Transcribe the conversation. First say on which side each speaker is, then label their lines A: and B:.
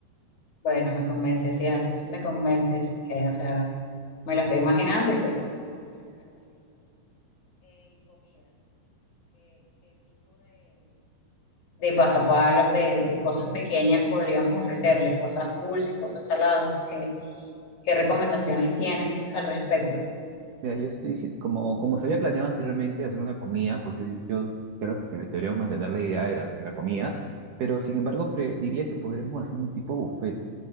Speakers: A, on the left; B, on the right.
A: Bueno, me convences, sí, así sí me convences. Eh, o sea, me lo estoy imaginando de pasapalos, de, de cosas pequeñas podríamos ofrecerle, cosas dulces, cosas saladas. ¿Qué, qué recomendaciones tienes al respecto? O
B: Mira, yo estoy, si- como, como se había planeado anteriormente hacer una comida, pues yo, yo creo que se, deberíamos mantener la idea de la, de la comida, pero sin embargo pre- diría que podríamos hacer un tipo buffet,